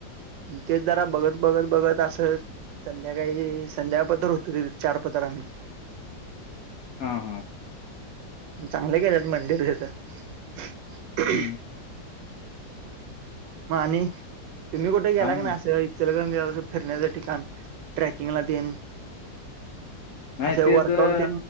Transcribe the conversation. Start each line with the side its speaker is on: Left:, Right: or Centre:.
Right: तेच जरा बघत बघत बघत असं. संध्याकाळी संध्या पदर होतो तेथ चार पदर आम्ही
Left: हा हा.
Right: चांगले गेल्यात मंडिर तर
Left: हम्म
Right: मग आणि तुम्ही कुठे गेला
Left: छान
Right: का नाही
Left: आहे.
Right: असं. चसं फिरण्याचं ठिकाण ट्रॅकिंगला देन.
Left: नाही
Right: अ
Left: तेच
Right: वर्कआउट
Left: अं,